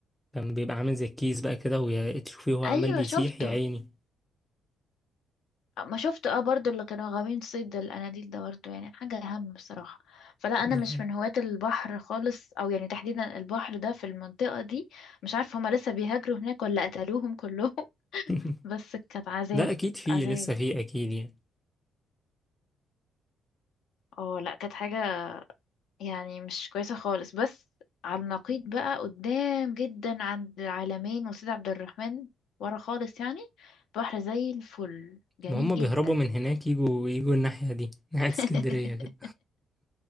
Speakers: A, in the centre; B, on the left (about 70°).
A: كان بيبقى عامل زي الكيس بقى كده وتشوفيه وهو عمال
B: ايوه
A: بيسيح
B: شفته
A: يا عيني
B: ما شفته اه برضو اللي كانوا غاويين صيد الاناديل ده برضو يعني حاجة اهم بصراحة فلا انا
A: ده
B: مش
A: حقيقي.
B: من هواة البحر خالص او يعني تحديدا البحر ده في المنطقة دي مش عارفة هما لسه بيهاجروا هناك ولا قتلوهم كلهم
A: <laughs>
B: بس كانت عذاب
A: لا اكيد في
B: عذاب
A: لسه في اكيد يعني
B: اه لا كانت حاجة يعني مش كويسة خالص بس على النقيض بقى قدام جدا عند العلمين وسيد عبد الرحمن ورا خالص يعني بحر زي الفل جميل
A: ما هم
B: جدا
A: بيهربوا من هناك يجوا يجوا الناحية دي ناحية
B: <laughs>
A: اسكندرية كده